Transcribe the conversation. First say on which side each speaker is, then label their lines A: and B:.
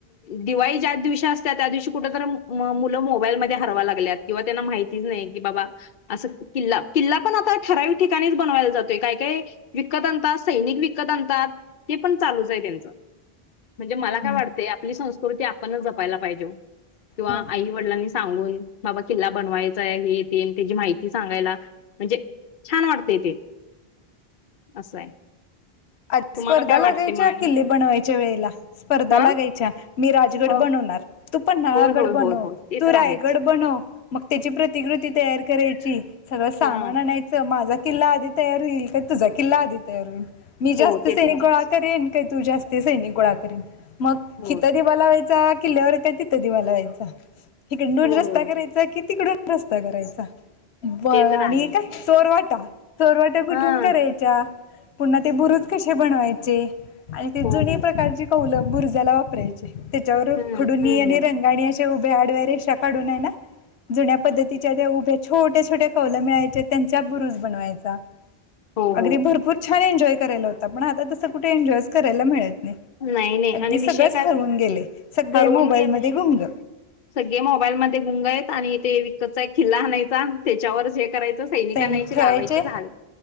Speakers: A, on the left; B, on the left.
A: दिवाळी ज्या दिवशी त्या असतात त्या दिवशी कुठंतरी मुलं मोबाईल मध्ये हरवाय लागतात किंवा त्यांना माहि हितीच नाही की बाबा आस किल्ला-किल्ला पण आता ठराविक ठिकाणीच बनवायला जातोय काय-काय विकत आणतात सैनिक विकत आणतात. ते पण चालूच आहे त्यांचं म्हणजे मला
B: हम्म
A: काय वाटतंया. आपली संस्कृती आपणच जपायला पाहिजे हो किंवा
B: हो
A: आई वडिलांनी सांगून बाबा किल्ला बनवायचा आहे हे ते नं त्याची माहिती सांगायला म्हणजे छान वाटतयं ते आसं आहे.
B: आध
A: तुम्हाला
B: स्पर्धा
A: काय
B: लागायच्या
A: वाटते मग आणि?
B: किल्ले बनवायच्या वेळेला स्पर्धा
A: हां?
B: लागायच्या मी राजगड
A: हो.
B: बनवणार. तू पन्हाळागड
A: होय, होय,
B: बनव
A: होय, होय. ते
B: तू
A: तर
B: रायगड
A: आहेच.
B: बनव मग त्याची प्रतिकृत ती तयार करायची. सगळं सामान
A: हां.
B: आणायचं. माझा किल्ला आधी तयार होईल का तुझा किल्ला आधी तयार होईल मी जास्त
A: हो, ते
B: सैनिक
A: तर आहेच.
B: गोळा करेन. ते तुझ्या हस्ते सैनिक गोळा करीन मग
A: होय.
B: हित दिवा लावायचा किल्यावर का तित दिवा लावायचा हिकनडून
A: होय.
B: रस्ता करायचा कि तिकडून रस्ता करायचा. ब आणि
A: ते तर आहेच.
B: काय चोरवाटा चोरवाटा कुठून
A: हां.
B: कराय च्या पुन्हा ते बुरुज कसे बणवायचे आणि ते
A: हो,
B: जुनी
A: हो.
B: प्रकारची पाऊल बुरजाला वापरायचे त्याच्यावर
A: हं,
B: खडुनी
A: हं,
B: आणि
A: हं.
B: रंगाणी शे उभ्या आडव्या रेशा काढून आहे ना जुन्या पद्धतीच्या त्या उभ्या छोट्या-छोट्या कवल्या मिळायच्या त्यांच्या बुरुस बनवायचा.
A: हो,
B: अगदी
A: हो.
B: भरपूर छान एन्जॉय करायला होता. पण आता तसं कुठे एन्जॉयच, करायला मिळत नाही.
A: नाही, नाही
B: अगदी
A: आणि विषय
B: सगळच
A: काय
B: हरवून गेले, सगळे
A: हरवून
B: मोबाईल
A: गेलाय.
B: मध्ये गुंग.
A: सगळे मोबाईल, मध्ये गुंग आहेत आणि ते विकतचा एक, खिल्ला आणायचा त्याच्यावर जे. करायच सैनिकांना
B: सैनिक
A: याची
B: ठेवायचे
A: लावायचे झालं.